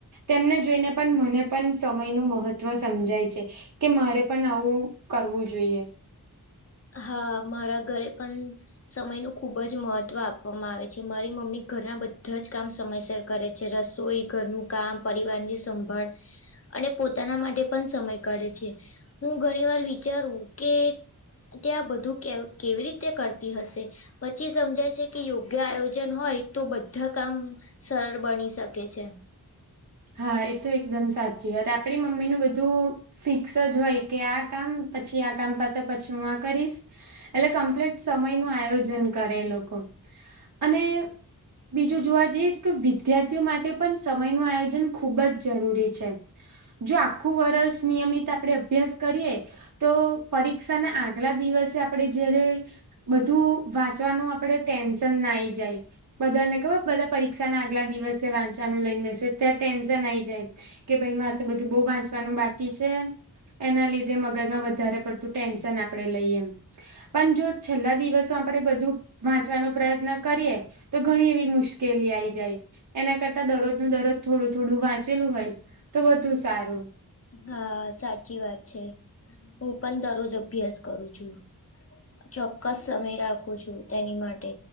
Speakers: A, on the right (about 50°); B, on the left (about 40°).
A: તેમને જોઈને પણ મને પણ સમય નું મહત્વ સમજાય છે. કે મારે પણ આવું કરવું જોઈએ.
B: હા મારા ઘરે પણ સમયનું ખૂબ જ મહત્વ આપવામાં આવે છે મારી મમ્મી ઘરના બધા જ કામ સમયસર કરે છે રસોઈ ઘરનું કામ પરિવારની સંભાળ અને પોતાના માટે પણ સમય કાઢે છે હું ઘણી વાર વિચારું કે તે આ બધું કે કેવી રીતે કરતી હશે પછી સમજાય છે કે યોગ્ય આયોજન હોય તો બધા કામ સરળ બની શકે છે.
A: હા એ તો એકદમ સાચી વાત આપણી મમ્મીનું બધું ફિક્સ જ હોય કે આ કામ પછી આ કામ પતે પછી હું આ કરીશ એટલે કમ્પ્લીટ સમય નું આયોજન કરે એ લોકો અને બીજું જોવા જઈએ કે વિદ્યાર્થીઓ માટે પણ સમય નુ આયોજન ખૂબ જ જરૂરી છે જો આખું વર્ષ નિયમિત આપણે અભ્યાસ કરીએ તો પરીક્ષા ના આગલા દિવસે આપણે જયારે બધું વાંચવાનું આપડે ટેન્શન ના આઇ જાય. બધા ને ખબર બધા પરીક્ષા ના આગલા દિવસે વાંચવાનું લઈને મેસેજ ત્યાં ટેન્શન આઈ જાય કે ભાઈ મારે તો બધું બહુ વાંચવાનું બાકી છે. એના લીધે મગજમાં વધારે પડતું ટેન્શન આપણે લઈએ એમ. પણ જો છેલ્લા દિવસો આપણેે બધું વાંચવાનો પ્રયત્ન કરીએ તો ઘણી એવી મુશ્કેલી આવી જાય એના કરતા દરરોજ નુ દરરોજ થોડું થોડું વાંચેલું હોય તો વધુ સારું.
B: હા સાચી વાત છે હું પણ દરરોજ અભ્યાસ કરું છું. ચોક્કસ સમય રાખું છું તેની માટે